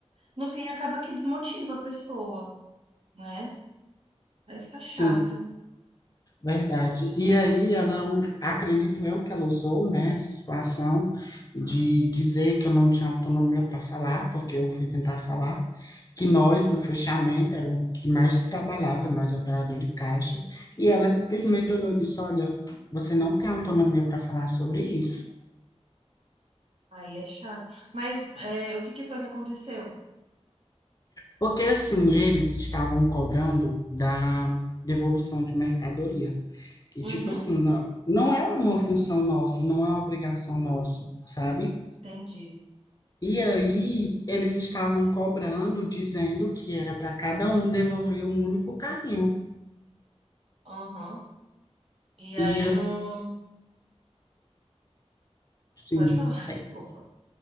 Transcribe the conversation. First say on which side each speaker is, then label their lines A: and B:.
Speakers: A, on the right; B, on the left.
A: no fim, acaba que desmotiva a pessoa, né? Aí fica chato.
B: Sim, Verdade. E aí ela, u- acredito eu que ela usou, né, essa situação de dizer que eu não tinha autonomia para falar, porque eu fui tentar falar, que nós do fechamento era o que mais trabalhava, nós operador de caixa, e ela simplesmente olhou e disse, olha, você não tem autonomia para falar sobre isso.
A: Aí é chato. Mas é, o que que foi que aconteceu?
B: Porque assim, eles estavam cobrando da devolução de mercadoria. E
A: Uhum.
B: tipo assim, não, não é uma função nossa, não é uma obrigação nossa, sabe?
A: Entendi.
B: E aí eles estavam cobrando, dizendo que era para cada um devolver um único carrinho.
A: Uhum. E
B: E
A: aí não.
B: assim,
A: Pode falar,
B: é,
A: <laughs> desculpa.